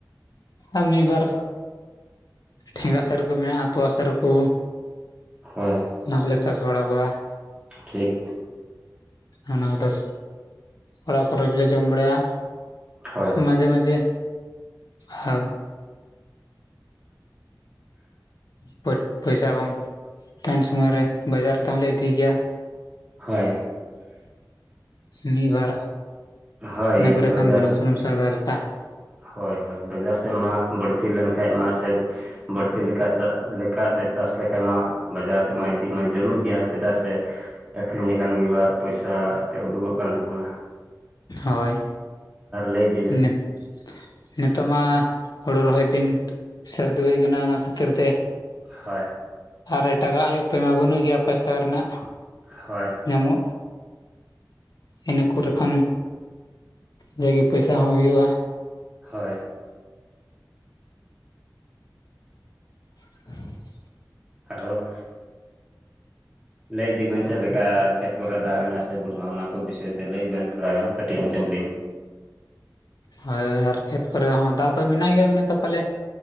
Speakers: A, on the left; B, on the right.
A: ᱟᱜ ᱢᱤᱫ ᱵᱟᱨ ᱴᱷᱮᱸᱜᱟ ᱥᱟᱹᱨᱩ ᱠᱩ, ᱢᱮᱱᱟᱜᱼᱟ ᱛᱚᱣᱟ ᱥᱟᱹᱨᱩ ᱠᱩ,
B: ᱦᱳᱭ
A: ᱚᱱᱟ ᱠᱚᱞᱮ ᱪᱟᱥ ᱵᱟᱲᱟᱣ ᱠᱟᱫᱟ ᱾
B: ᱴᱷᱤᱠ
A: ᱚᱱᱟᱜ ᱫᱚᱥ, ᱚᱲᱟᱜ ᱠᱚᱨᱮ ᱜᱮᱞᱮ ᱡᱚᱢ ᱵᱟᱲᱟᱭᱟ
B: ᱦᱳᱭ
A: ᱢᱟᱡᱮ ᱢᱟᱡᱮ ᱦᱚᱠ ᱯᱮᱴ ᱯᱚᱭᱥᱟ ᱵᱟᱝ ᱛᱟᱦᱮᱱ ᱥᱚᱢᱚᱭ ᱨᱮ ᱵᱟᱡᱟᱨ ᱛᱮᱦᱚᱸᱞᱮ ᱤᱫᱤ ᱜᱮᱭᱟ ᱾
B: ᱦᱳᱭ
A: ᱢᱤᱫ ᱵᱟᱨ
B: ᱦᱳᱭ
A: ᱤᱱᱟᱹ ᱠᱚᱨᱮ
B: ᱵᱟᱡᱟᱨ
A: ᱠᱷᱚᱱ ᱵᱩᱞᱩᱝ ᱥᱩᱱᱩᱢ ᱥᱟᱣᱫᱟ ᱞᱮᱠᱟ ᱾
B: ᱦᱳᱭ ᱦᱳᱭ ᱵᱟᱡᱟᱨ ᱥᱮᱜ ᱢᱟ ᱵᱟᱹᱲᱛᱤ ᱞᱮᱱ ᱠᱷᱟᱡ ᱢᱟ ᱥᱮ, ᱵᱟᱹᱲᱛᱤ ᱞᱮᱠᱟ ᱪᱟ ᱞᱮᱠᱟᱛᱮ ᱪᱟᱥ ᱞᱮᱠᱷᱟᱡ ᱢᱟ, ᱵᱟᱡᱟᱨ ᱛᱮᱢᱟ ᱤᱫᱤ ᱢᱟ ᱡᱟᱹᱨᱩᱲ ᱜᱮᱭᱟ ᱪᱮᱫᱟᱜ ᱥᱮ, ᱟᱹᱠᱷᱨᱤᱧ ᱞᱮᱠᱷᱟᱱ ᱢᱤᱫ ᱵᱟᱨ ᱯᱚᱭᱥᱟ ᱮᱴᱛᱮ ᱩᱰᱩᱠᱚᱜ ᱠᱟᱱ ᱛᱟᱹᱵᱩᱱᱟ ᱾
A: ᱦᱳᱭ
B: ᱞᱟᱹᱭ ᱤᱫᱤ ᱵᱮᱱ
A: ᱱᱤᱛ ᱱᱤᱛᱚᱜᱼᱢᱟ ᱾ ᱦᱳᱲᱳ ᱨᱚᱦᱚᱭ ᱫᱤᱱ ᱥᱟᱹᱨᱫᱤ ᱦᱳᱭ ᱠᱟᱱᱟ ᱚᱱᱟ ᱠᱷᱟᱹᱛᱤᱨ ᱛᱮ,
B: ᱦᱳᱭ
A: ᱟᱨ ᱮᱴᱟᱜᱟᱜ ᱟᱹᱭ ᱩᱯᱟᱹᱭ ᱢᱟ ᱵᱟᱹᱱᱩᱜ ᱜᱮᱭᱟ ᱯᱟᱭᱥᱟ ᱨᱮᱱᱟᱜ
B: ᱦᱳᱭ
A: ᱧᱟᱢᱚᱜ ᱤᱱᱟᱹ ᱠᱚᱨᱮ ᱠᱷᱚᱱ ᱡᱟᱜᱮ ᱯᱚᱭᱥᱟ ᱦᱚᱸ ᱦᱩᱭᱩᱜᱼᱟ ᱾
B: ᱦᱳᱭ
A: <inaudible>
B: ᱟᱨᱮ ᱦᱚᱸ ᱞᱟᱹᱭ ᱤᱫᱤ ᱵᱮᱱ ᱪᱮᱫ ᱞᱮᱠᱟ ᱠᱷᱮᱛ ᱠᱚᱨᱮ ᱫᱟᱜ ᱢᱮᱱᱟᱜᱼᱟ ᱥᱮ ᱵᱟᱹᱱᱩᱜᱼᱟ ᱚᱱᱟ ᱠᱚ ᱵᱤᱥᱚᱭ ᱛᱮ ᱞᱟᱹᱭ ᱵᱮᱱ ᱛᱷᱚᱲᱟ ᱜᱟᱱ ᱠᱟᱹᱴᱤᱡ ᱟᱸᱡᱚᱢ ᱞᱤᱧ
A: ᱦᱳᱭ ᱟᱨ ᱠᱷᱮᱛ ᱠᱚᱨᱮ ᱦᱚᱸ ᱫᱟᱜ ᱫᱚ ᱢᱮᱱᱟᱜ ᱜᱮᱭᱟ ᱢᱮᱱᱟᱜ ᱫᱚ ᱯᱟᱞᱮ,